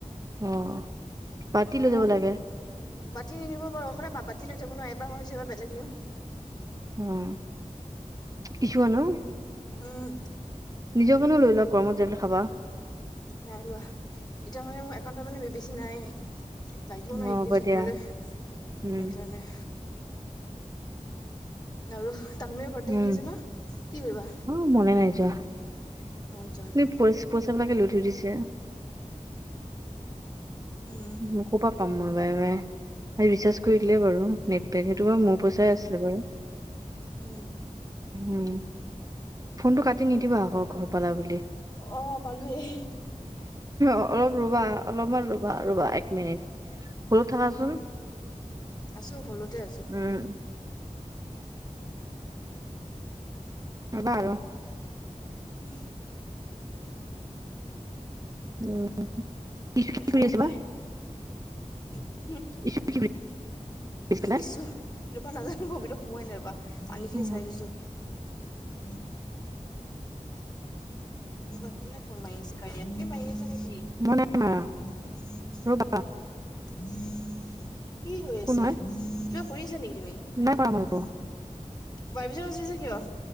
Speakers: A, on the right; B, on the left.
A: অ বাতি লৈ
B: মম
A: যাব লাগে
B: বাতি নি দিব পাৰো সদায় বাতি লৈ থাকো ন এবাৰ ভাবিছো এবাৰ বে লেগ নিউ
A: অ কিচুৱা ন
B: উম
A: নিজৰ কাৰণেও লৈ লোৱা গৰমত যাই পেলাই খাবা
B: নাই লোৱা এতিয়া মানে মোৰ একাউণ্টত মানে বেছি নাই। লাগিব নহ
A: অ
B: এইকেইদিন
A: হ'ব
B: চলিবলৈ
A: দিয়া
B: সেইকাৰণে
A: উম
B: আৰু তানমও বাৰ্থডে
A: উম
B: আহি আছে ন কি কৰিবা
A: অ মনে নাই যোৱা
B: মন যোৱা
A: তুমি
B: নাই
A: পচ পইচাবিলাকে লৈ থৈ দিছে
B: উম
A: উ কপা পাম মই বাৰে বাৰে ৰিচাৰ্জ কৰি দিলে বাৰু নেটপেক সেইটো বাৰু মোৰ পইচাই আছিলে বাৰু
B: উম
A: উম ফোনটো কাটি নিদিবা আকৌ ঘৰ পালা বুলি
B: অ পালোৱেই
A: অলপ ৰবা অলপমান ৰবা ৰবা এক মিনিট হলডট থাকাচোন।
B: আছো হল্ডতে আছো
A: উম ৰবা আৰ
B: উম
A: উ কিছু
B: দেখা
A: কি কৰি
B: নাপায়
A: আছ বা
B: <unintelligible>
A: <unintelligible> আছে
B: উম
A: পেলাই
B: ইছু এনেপা নাজানো মই ভিতৰত সোমোৱাই নাই ৰবা পানী খিনি
A: উম
B: চাই গৈছো। <unintelligible> ৰবা কোনে ফোন মাৰি আছে কাৰয়াত, তুমি মাৰি আছা নিকি?
A: মই নাই মাৰা
B: ই <unintelligible>
A: ৰ'বা
B: কি হৈ
A: কোন
B: আছে,
A: হয়
B: কিবা কৰি আছা নিকি? তুমি,
A: নাই কৰা মই
B: ভাইব্ৰেচন
A: একো
B: হৈছে যে কিয়?